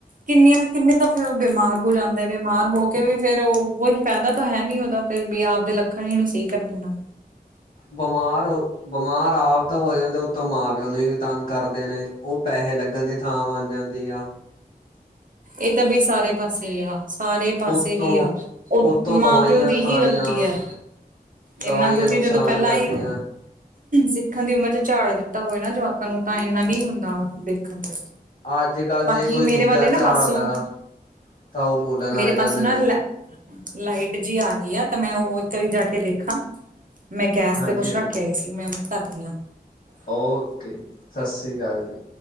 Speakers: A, on the right; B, on the left.
A: ਕਿੰਨੀਆਂ- ਕਿੰਨੇ ਤਾਂ, ਫੇਰ ਉਹ ਬਿਮਾਰ ਹੋ ਜਾਂਦੇ ਨੇ, ਬਿਮਾਰ ਹੋ ਕੇ ਵੀ ਫੇਰ ਉਹ ਕੋਈ ਫਾਇਦਾ ਤਾਂ ਹੈ ਨੀ ਉਹਦਾ ਫੇਰ ਵੀ ਆਪਦੇ ਲੱ- ਖਣ, ਹੀ ਨੀ, ਸਹੀ ਕਰਨੇ ਤਾਂ।
B: ਬਮਾਰ ਹੋ ਬਮਾਰ ਆਪ ਤਾਂ ਹੋ ਜਾਂਦੇ, ਉਤੋਂ ਮਾਂ- ਪਿਓ ਨੂੰ ਵੀ ਤੰਗ- ਕਰਦੇ ਨੇ, ਓ ਪੈਸੇ ਲੱਗਣ ਦੀ ਥਾਂ ਬਣ ਜਾਂਦੀ ਆ।
A: ਏ ਤਾਂ, ਬਈ ਸਾਰੇ ਪਾਸੇ ਆ। ਸਾਰੇ ਪਾਸੇ
B: ਉਤੋਂ
A: ਹੀ ਆ, ਓ
B: ਉਤੋਂ ਦਵਾਈਆਂ
A: ਮਾਂ-ਪਿਓ ਦੀ
B: ਖਾਣੀਆਂ
A: ਹੀ ਗਲਤੀ ਐ।
B: ਦਵਾਈਆਂ
A: ਏਨਾ ਕੁਛ
B: ਨੁਕਸਾਨ
A: ਸੀ, ਜਦੋਂ ਪਹਿਲਾਂ
B: ਕਰਦੀਆਂ
A: ਈ ਸਿੱਖਣ ਦੀ ਉਮਰ ਚ ਝਾੜ ਦਿੱਤਾ ਹੋਏ ਨਾ, ਜਵਾਕਾਂ ਨੂੰ, ਤਾਂ ਇਨਾਂ ਨਹੀਂ ਹੁੰਦਾ ਦੇਖਣ ਚ।
B: ਅੱਜ- ਕੱਲ੍ਹ
A: ਬਾਕੀ
B: ਜੇ ਕੋਈ ਦੂਜਾ
A: ਮੇਰੇ ਵਾਲੇ
B: ਝਾੜਦਾ,
A: ਨਾ ਪਾਸੋਂ
B: ਤਾਂ ਉਹ ਬੋਲਣ ਲੱਗ
A: ਮੇਰੇ
B: ਜਾਂਦੇ
A: ਪਾਸੋਂ ਨਾ
B: ਨੇ।
A: ਲ ਲਾਈਟ ਜੀ ਆ ਗਈ ਆ, ਤਾਂ ਮੈਂ ਉਹ ਇੱਕ ਵਾਰੀ ਜਾ ਕੇ ਦੇਖਾ। ਮੈਂ ਗੈਸ
B: ਹਾਂਜੀ
A: ਤੇ, ਕੁਛ
B: ਹਾਂਜੀ
A: ਰੱਖ ਕੇ ਆਈ ਸੀ, ਮੈਂ ਕਰਦੀ ਆਂ।
B: ਓਕੇ, ਸਸਰੀ ਕਾਲ ਜੀ।